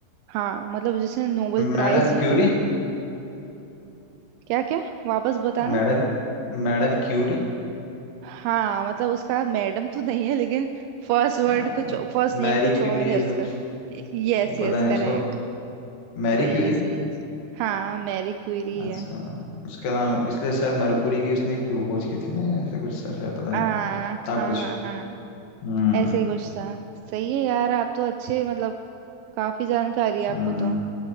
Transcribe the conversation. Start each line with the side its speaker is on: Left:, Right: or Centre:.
Right: हाँ मतलब जिसने नोबेल प्राइज
Left: Madam
Right: जीता
Left: Curie
Right: था क्या क्या वापस बताना
Left: Madam Madam Curie
Right: हाँ मतलब उसका मैडम तो नहीं है लेकिन फर्स्ट वर्ड
Left: आ,
Right: कुछ फर्स्ट नेम
Left: मैरी
Right: कुछ
Left: क्यूरी
Right: और है
Left: ऐसा
Right: उसका
Left: कुछ
Right: Yes
Left: वो
Right: yes
Left: पता नहीं
Right: correct
Left: उसको Marie
Right: सही
Left: Curie
Right: है सही है हाँ मैरी क्यूरी
Left: अच्छा
Right: है
Left: उसका नाम इसलिए शायद मरकुरी की उसने क्यों खोज की थी ना या ऐसा कुछ था शायद पता
Right: आ,
Left: नहीं
Right: हाँ हाँ
Left: था कुछ
Right: हाँ
Left: हम्म
Right: ऐसे ही कुछ था सही है यार आप तो अच्छे मतलब काफी जानकारी है आपको
Left: हम्म।
Right: तो